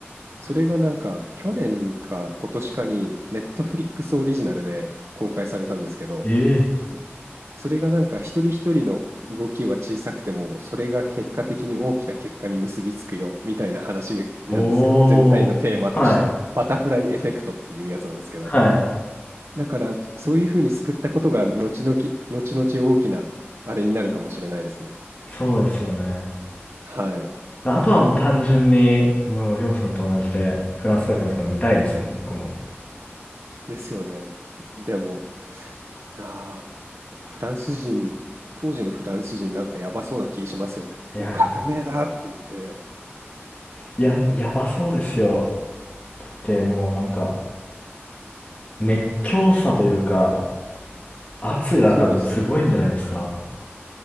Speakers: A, on the right; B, on the left.
A: それがなんか去年か今年かにネットフリックスオリジナルで公開されたんですけど、
B: え
A: そ、それがなんか一人一人の動きは小さくても、それが結果的に大きな結果に結びつくよみたいな話なんですよ。
B: ーおー。
A: 全体のテーマとして。
B: はい。
A: バタフライエフェクトっていうやつなんですけど。
B: はい。
A: だからそういうふうに救ったことが後々、後々大きなあれになるかもしれないですね。
B: そうですよね。
A: はい。
B: あとはもう単純に、もう、りょうさんと同じで、フランス革命とか見たいですもん、僕も。
A: ですよね。でも、ああ、フランス人、当時のフランス人なんかやばそうな気しますよね。
B: いや、
A: もう革命だって言って。
B: やば、やばそうですよ。で、もうなんか、熱狂さというか、圧が多分すごいんじゃないですか
A: そうですよね。